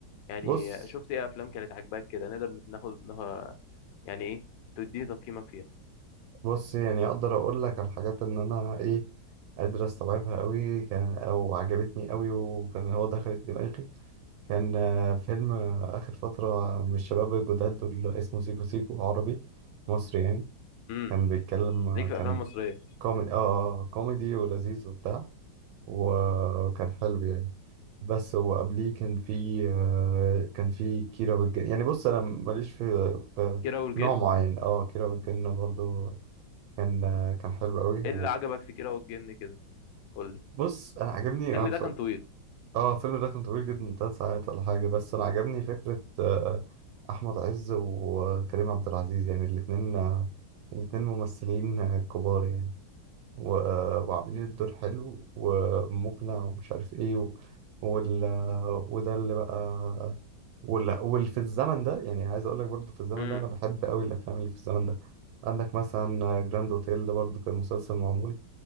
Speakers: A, on the left; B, on the right.
A: يعني
B: بص
A: شفت ايه افلام كانت عاجباك كده نقدر ناخد يعني ايه تديني تقييمك فيها
B: بص يعني اقدر اقول لك على الحاجات ان انا ايه قادر استوعبها قوي كان او عجبتني قوي وكان هو دخلت دماغي كان آه، فيلم آه، اخر فتره من الشباب الجداد دول اسمه سيكو سيكو عربي مصري يعني
A: امم
B: كان بيتكلم آه،
A: ليك
B: كان
A: في افلام مصريه
B: كوميدي اه آه، كوميدي ولذيذ وبتاع وكان حلو يعني بس هو قبليه كان في آه، كان في كيرة والجن يعني بص انا ماليش في في
A: كيرة والجن
B: نوع معين اه كيرة والجن برضو كان آه، كان حلو قوي
A: ايه اللي عجبك في كيرة والجن كده قول لي
B: وبص انا عجبني
A: الفيلم
B: انا بص...
A: ده كان طويل
B: اه الفيلم ده كان طويل جدا ثلاث ساعات ولا حاجه بس انا عجبني فكره آه، احمد عز وكريم عبد العزيز يعني الاثنين الاثنين ممثلين آه، كبار يعني و... وعاملين الدور حلو ومقنع ومش عارف ايه و... وال... وده اللي بقى وال... واللي في الزمن ده يعني عايز اقول لك برضو في الزمن
A: امم
B: ده انا بحب قوي الافلام اللي في الزمن ده عندك مثلا جراند اوتيل ده برضو كان مسلسل معمول